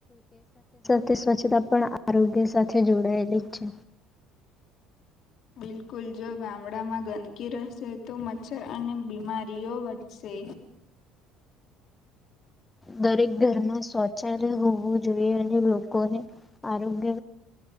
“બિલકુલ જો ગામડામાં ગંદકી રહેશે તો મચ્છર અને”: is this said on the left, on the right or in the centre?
Left